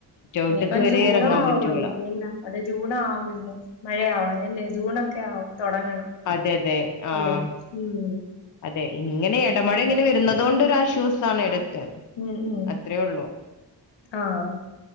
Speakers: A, on the left (about 45°); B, on the left (about 85°).
A: ഔട്ട്ക്ക്
B: ഇനിയിപ്പം
A: വരെ
B: ജൂണ്
A: ഇറങ്ങാൻ
B: ആവായിരിക്കല്ലെ
A: പറ്റൂല
B: അതെ ജൂൺ ആവും മഴയാവാനല്ലേ ജൂണൊക്കെ ആവു തൊടങ്ങണം.
A: അതെ അതെ ആഹ്
B: അല്ലേ? ഉം.
A: അതെ ഇങ്ങനെ ഇടമഴ ഇങ്ങനെ വരുന്നതോണ്ടൊ ഒരാശ്വാസാണ് ഇടക്ക്.
B: ഉം ഉം
A: അത്രേ ഉള്ളൂ
B: ആഹ്